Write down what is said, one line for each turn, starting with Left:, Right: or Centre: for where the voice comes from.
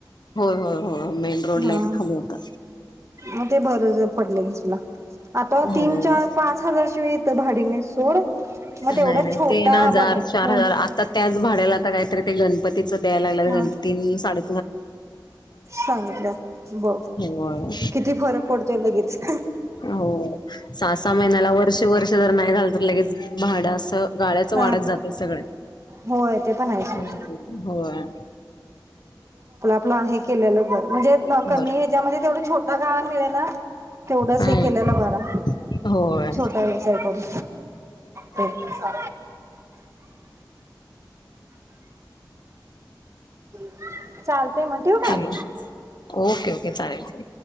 Left: होय होय होय मेन रोड ला
Right: हा,
Left: इथ खाली होता.
Right: मग ते बर ज पडलय की तुला आता
Left: हो.
Right: तीन चार पाच हजार शिवाय इ तर‌ भाडी नाहीत सोड. मग
Left: नाही
Right: तेवढ्यात
Left: नाही
Right: छोटा
Left: तीन हजार
Right: बघायचा
Left: चार हजार त्याच भाड्याला आता काहीतरी ते गणपत तीचं द्याय लागलेत
Right: हा
Left: तीन साडे
Right: सांगितलं बघ
Left: होय
Right: किती फरक पडतोय लगेच हे
Left: हो सहा-सहा महिन्याला, वर्षे-वर्ष जर नाही झालं तर लगेच भाडं असं गाळ्याचं वाढत
Right: हा
Left: जातंय सगळं
Right: होय ते पण आहे
Left: हम
Right: सोड.
Left: होय.
Right: नाही केलेलं बरं. म्हणजे कमी
Left: बरं
Right: ह्याच्यामध्ये तेवढं छोट बघा मिळे ना तेवढंच
Left: हम्म
Right: हे केलेलं बारा.
Left: होय
Right: छोटा व्यवसाय करून. ते <inaudible> चालतंय मग ठिऊ काय?
Left: हॅलो ओके ओके चालेल